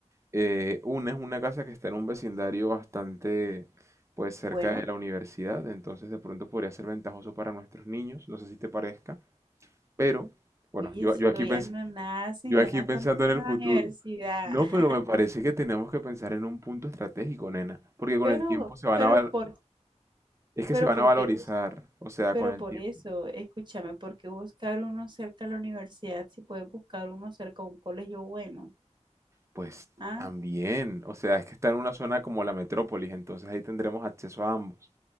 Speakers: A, on the right; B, on the right.
A: Eh, una es una casa que está en un vecindario bastante, pues, cerca
B: Bueno,
A: de la universidad, entonces de pronto podría ser ventajoso para nuestros niños, no sé si te parezca, pero bueno,
B: oye,
A: yo,
B: si
A: yo
B: todavía
A: aquí pens-
B: no nacen,
A: Yo aquí
B: ya están
A: pensando
B: pasando
A: en el
B: a
A: futuro.
B: la universidad.
A: No,
B: <laughs>
A: pero me parece que tenemos que pensar en un punto estratégico, nena, porque con
B: Pero,
A: el tiempo se van
B: pero
A: a val-
B: por,
A: es que
B: pero
A: se van
B: por
A: a valorizar,
B: qué bus-
A: o sea,
B: pero
A: con el
B: por
A: tiempo.
B: eso, escúchame, ¿por qué buscar uno cerca a la universidad si puedes buscar uno cerca a un colegio bueno?
A: Pues
B: ¿Ah?
A: también, o sea, es que está en una zona como la metrópolis, entonces ahí tendremos acceso a ambos.